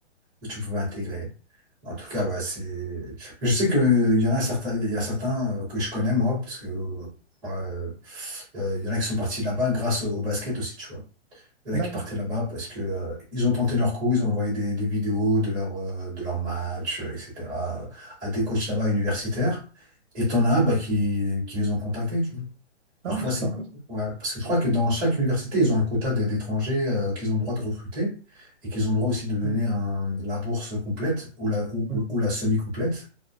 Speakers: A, in the centre; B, on the right.
A: que tu pouvais intégrer. En tout cas, ouais, c'est. Je sais qu'il y en a certains, il y a certains euh, que je connais moi, parce que euh, euh, il y en a qui sont partis de là-bas grâce au, au basket aussi, tu vois. Il y en
B: D'accord.
A: a qui partaient là-bas parce que euh, ils ont tenté leur coup, ils ont envoyé des, des vidéos de leur euh, de leur match, euh, etc. à des coachs là-bas universitaires. Et t'en as bah, qui, qui les ont contactés, tu vois. Parfois,
B: Ah, c'est
A: c'est...
B: pas mal.
A: Ouais, parce que je crois que dans chaque université, ils ont un quota d'é- d'étrangers euh, qu'ils ont le droit de recruter et qu'ils ont le droit aussi de donner
B: Mm.
A: un- la bourse complète ou la, ou,
B: Mm.
A: ou- ou la semi-complète.